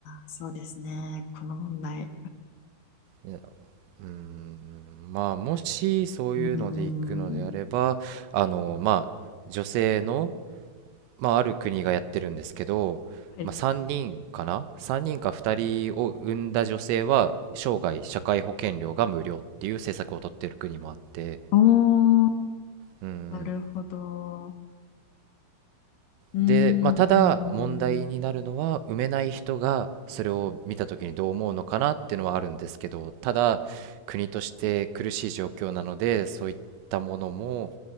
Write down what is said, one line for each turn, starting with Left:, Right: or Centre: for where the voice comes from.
Left: そうですね、この問題。
Right: いや、うーん、まあ、もしそういうので行くのであれば、
Left: うーん。
Right: あのまあ、女性のまあ、ある国がやってるんですけど、
Left: はい、
Right: まあ、3人かな3人か2人を産んだ女性は生涯社会保険料が無料っていう政策をとってる国もあって
Left: おー、
Right: うん
Left: なるほど。うーん、
Right: で、まあ、ただ問題になるのは産めない人がそれを見た時にどう思うのかなっていうのはあるんですけどただ国として苦しい状況なのでそういったものも
Left: うーん。